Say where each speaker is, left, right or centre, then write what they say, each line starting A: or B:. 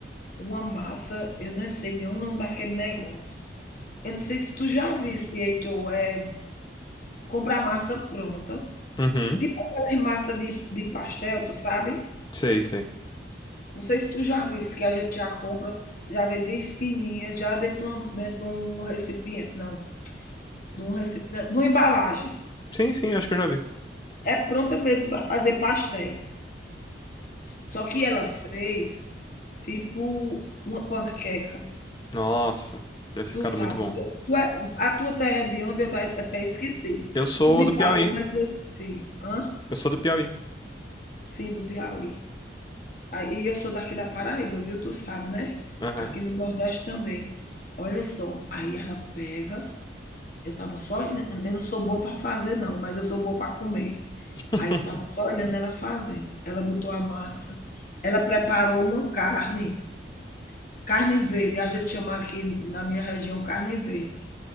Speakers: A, on the left; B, on the left.
A: Uma massa, eu não sei nem o nome daquele negócio. Eu não sei se tu já visse, Heitor, é comprar massa pronta,
B: Uhum.
A: tipo aquelas massa de de pastel, tu sabe?
B: Sei, sei.
A: Não sei se tu já visse, que a gente já compra, já vem bem fininha, já dentro de uma dentro de um recipiente não, de um recipiente de uma embalagem.
B: Sim, sim, acho que eu já vi.
A: É pronta mesmo para fazer pastéis. Só que ela fez tipo uma panqueca.
B: Nossa, deve ter
A: Tu
B: ficado
A: sabe,
B: muito bom.
A: tu tu é a tua terra é de onde? Eu até até esqueci.
B: Eu sou
A: Tu me
B: do Piauí.
A: falou, mas eu esqueci. Hã?
B: Eu sou do Piauí.
A: Sim, do Piauí. Aí e eu sou daqui da Paraíba, viu, tu sabe, né?
B: Aham,
A: Aqui no Nordeste também. Olha só, aí ela pega eu tava só olhando, eu não sou boa para fazer não, mas eu sou boa para comer.
B: <laughs>
A: Aí eu tava só olhando ela fazendo. Ela botou a massa, ela preparou uma carne, carne verde, a gente chama aqui na minha região carne verde.